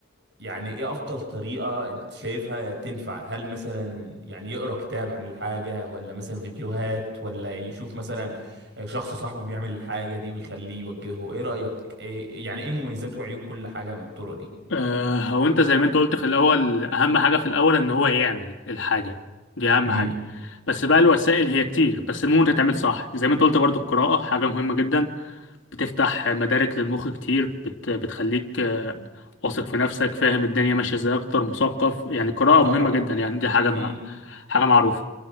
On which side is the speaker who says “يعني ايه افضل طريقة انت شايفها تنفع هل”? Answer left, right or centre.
Right